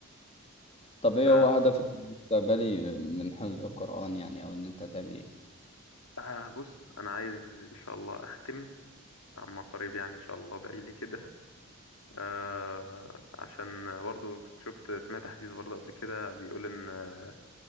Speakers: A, on the left (about 30°); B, on the left (about 85°).
A: طب
B: ف
A: ايه هو هدفك المستقبلي من حفظ القرآن يعني او ان انت تعمل ايه
B: آه، بص أنا عايز إن شاء الله أختم عما قريب يعني إن شاء الله ادعيلي كده آه عشان برضو كنت شفت سمعت حديث برضو قبل كده بيقول ان آه،